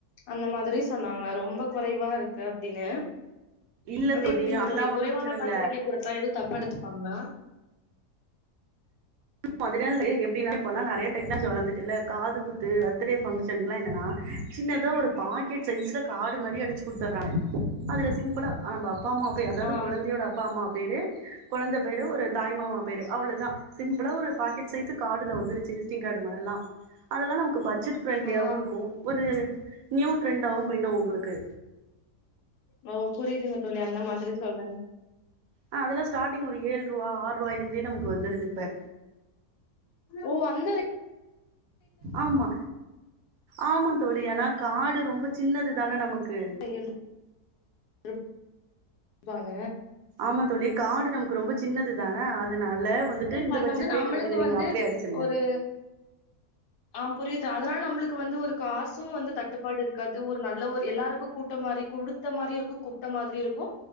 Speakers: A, on the left; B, on the right.
A: அந்த மாதிரி சொன்னாங்க ரொம்ப குறைவா இருக்கு அப்டின்னு
B: இல்ல
A: அது எப்டிங்க
B: அதெல்லா
A: தோழி குறைவான
B: ஒன்னு பிரச்சன
A: பாத்திரிக்க
B: இல்ல
A: குடுத்தா எதுவு தப்பா எடுத்துப்பாங்ளா
B: மொதலேந்து எப்டினா இப்பல்லா நெறைய டெக்னாலஜி வளர்ந்துட்டு இல்ல காது குத்து பர்த்டே ஃபங்க்ஷனகுல்லா என்னன்னா சின்னதா ஒரு பாக்கெட் சைஸ்ல காடு மாரி அடிச்சு குடுத்துறாங்க அதுல சிம்பிளா அஹ் நம்ம அப்பா அம்மாக்கு அதாது
A: ஆ
B: கொழந்தையோட அப் அப்பா அம்மா பேரு கொழந்தை பேரு ஒரு தாய் மாமா பேரு அவ்ளோதா சிம் பிலா ஒரு பாக்கெட் சைசு கார்டுல வந்துருச்சு விஸ்டிங் கார்டு மாரிலா அதெல்லா நமக்கு பட்ஜெட் ஃப்ரெண்ட்லியாவு
A: ஆ
B: இருக்கு ஒரு நியூ ட்ரெண்டாவு போயிடு உங்களுக்கு
A: ஓ புரியுதுங்க தோழி அந்த மாதிரி சொல்றிங்க
B: ஆஹ் அதெல்லா ஸ்டார்டங் ஒரு ஏழு ரூவா ஆறு ரூவாயில இருந்தே நமக்கு வந்துடுது இப்ப
A: ஓ அந்தர
B: ஆமா ஆமா தோழி ஏனா கார்டு ரொம்ப சின்னது தானே நமக்கு
A: ஏழு ருப் பால
B: ஆமா தோழி கார்டு நமக்கு ரொம்ப சின்னது தான அதனால வந்துட்டு இந்த
A: பண்ணும்போது
B: பட்ஜெட்லையே
A: நம்மளுக்கு
B: கெடைக்குது நீங்க
A: வந்து
B: அப்டியே அடிச்சிருங்க
A: ஒரு ஆ புரிது அதனால நம்மளுக்கு வந்து ஒரு காசு வந்து தட்டுப்பாடு இருக்காது ஒரு நல்ல ஒரு எல்லாருக்கு கூட்ட மாரி குடுத்த மாரியு இருக்கு கூப்ட்ட மாதிரியு இருக்கு